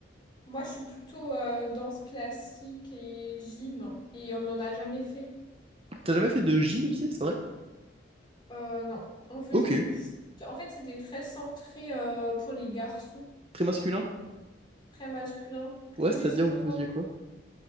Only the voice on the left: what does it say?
Moi, je suis plutôt euh, danse classique et gym et on n'en a jamais fait.
Euh, non, on faisait
du foot. En fait, c'était très centré euh, pour les garçons,
très masculin.
Tous
les sports.